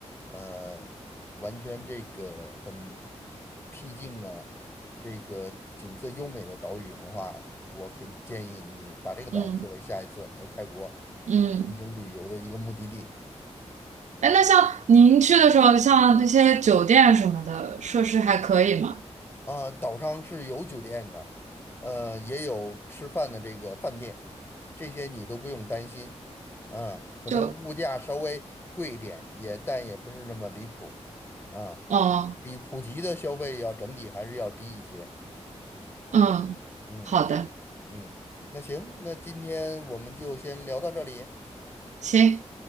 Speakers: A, on the left; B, on the right.
A: 呃，完全这个很僻静啊，这个景色优美的岛屿的话，我可以建议你把这个岛作为下一次来泰国
B: 嗯嗯，
A: 进行旅游的一个目的地。
B: 哎，那像您去的时候，像那些酒店什么的设施还可以吗？
A: 啊，岛上是有酒店的，呃，也有吃饭的这个饭店，这些你都不用担心。啊，可能物价稍微贵一点，
B: 就
A: 也但也不是那么离谱。啊，
B: 哦
A: 比普及的消费要整体还是要低一些。
B: 嗯，
A: 嗯
B: 好的，
A: 嗯，那行，那今天我们就先聊到这里。
B: 行，